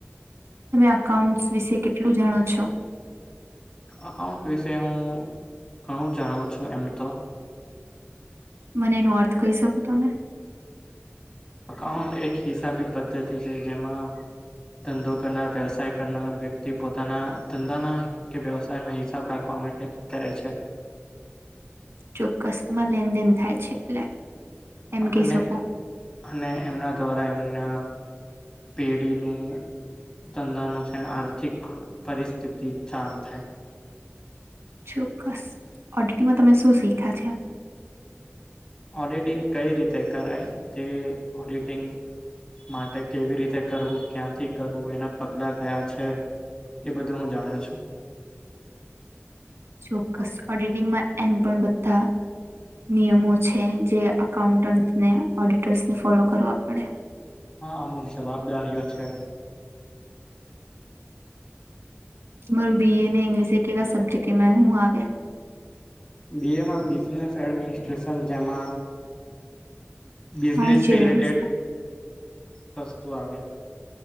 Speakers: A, on the right; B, on the left.
A: તમે અકાઉન્ટ્સ વિશે કેટલું જાણો છો?
B: અકાઉન્ટ વિશે હું ઘણું જાણું છું એમ તો
A: મને એનો અર્થ કહી શકો તમે
B: અકાાઉન્ટ એક હિસાબી પદ્ધતિ છે જેમાં ધંધો કરનાર વ્યવસાય કરનાર વ્યક્તિ પોતાના ધંધાના કે વ્યવસાય ના હિસાબ રાખવા માટે કરે છે
A: ચોક્કસ તેમાં લેનદેન થાય છે એટલે એમ કહી
B: અને
A: શકો
B: અને એમના દ્વારા એમના પેઢી ન ધંધાનું છે અને આર્થિક પરિસ્થિતિ જાણ થાય
A: ચોક્કસ ઓડિટિંગમાં તમે શું શીખ્યા છે
B: ઓડિટિંગ કઈ રીતે કરાય તે ઓડિટિંગ માટે કેવી રીતે કરવું ક્યાંથી કરવું એના પગલાં કયા છે એ બધું હું જાણ છું
A: ચોક્કસ ઓડિટિંગમાં એમ પણ બધા નિયમો છે જે અઉન્ટન્ટને ઓડિટર્સને ફોલો કરવા પડે
B: હા અમુક જવાબદારીઓ છે
A: તમારું બીએ અનેને ઇંગ્લિશ એ કેવા સબ્જેક્ટ મેં હું આવે
B: બી એમાં બિઝનેસ એડમિનિસ્ટ્રેશન જેમાં બિઝનેસ
A: વાણિજ્ય
B: રિલેટેડ
A: વ્યવસ્થા
B: વસ્તુ આવે